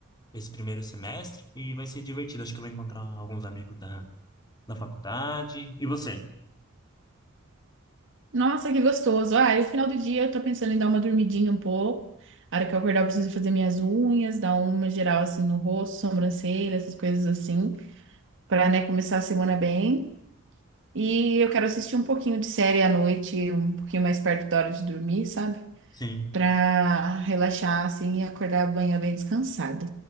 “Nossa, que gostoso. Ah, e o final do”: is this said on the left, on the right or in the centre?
Right